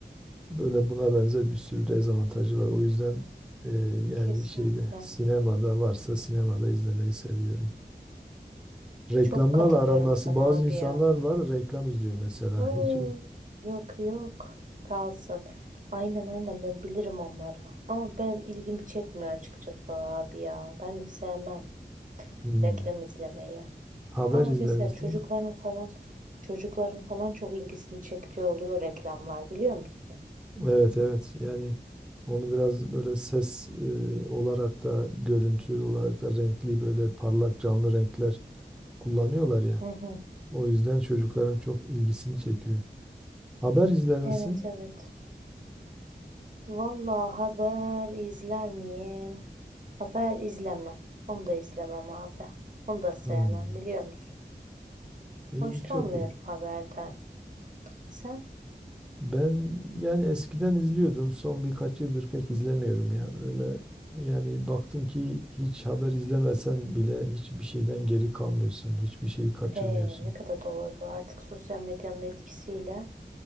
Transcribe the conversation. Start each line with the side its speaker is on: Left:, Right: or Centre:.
Centre: Böyle buna benzer bir sürü dezavantajı var. O yüzden e, yani
Right: Kesinlikle.
Centre: şeyde sinemada varsa sinemada izlemeyi seviyorum. Reklamlarla
Right: Çok katılıyorum
Centre: aram nasıl?
Right: sana
Centre: Bazı
Right: abi
Centre: insanlar
Right: ya.
Centre: var reklam izliyor mesela.
Right: Oo,
Centre: Hiç
Right: yok yok kalsın. Aynen aynen ben bilirim onları. Ama benim ilgimi çekmiyor açıkçası o abi ya. Ben sevmem
Centre: Hmm.
Right: reklam izlemeyi.
Centre: Haber
Right: Ama
Centre: izler
Right: mesela
Centre: misin?
Right: çocukların falan çocukların falan çok ilgisini çektiği oluyor reklamlar biliyor musun?
Centre: Evet evet yani onu biraz böyle ses e, olarak da görüntü olarak da renkli böyle parlak canlı renkler kullanıyorlar ya.
Right: Hı hı.
Centre: O yüzden çocukların çok ilgisini çekiyor. Haber izler misin?
Right: Evet evet. Vallahi haber izler miyim? Haber izlemem. Onu da izlemem abi. Onu da sevmem
Centre: Hmm.
Right: biliyor musun?
Centre: İyi
Right: Hoşlanmıyorum
Centre: çok iyi.
Right: haberden. Sen?
Centre: Ben yani eskiden izliyordum. Son birkaç yıldır pek izlemiyorum ya. Öyle yani baktım ki hiç haber izlemesen bile hiçbir şeyden geri kalmıyorsun. Hiçbir şeyi kaçırmıyorsun.
Right: Ee, ne kadar doğru. Artık sosyal medyanın etkisiyle